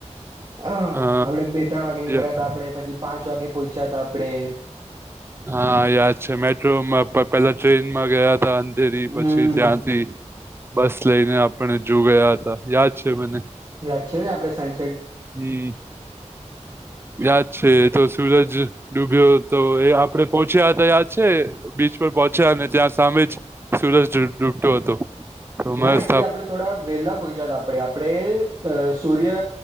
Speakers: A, on the right; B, on the right.
A: હન
B: અ
A: આપડે બે-ત્રણ વાગે નીકળા
B: યા-
A: તા આપડે પછી પાંચ વાગે પોઈચાતા આપડે.
B: હા યાદ છે મેટ્રોમાં પ પેલો ટ્રેનમાં ગયા તાન ધેરી પછી
A: હમ
B: ત્યાંથી બસ લઈને આપડે જૂ ગયા હતા યાદ છે મને.
A: યાદ છે ને આપડે સાયન્સ
B: હમ્મ. યાદ છે એતો સૂરજ ડૂબ્યો તો એ આપડે પોહોંચ્યા હતા યાદ છે બીચ પર પહોંચ્યા અને ત્યાં સામે જ સુરજ ડૂ-ડૂબતો હતો. તો મસ્ત
A: ના એકચુલી આપડે થોડા વેલા પહોંચ્યા તા આપડે આપડે અ સૂર્ય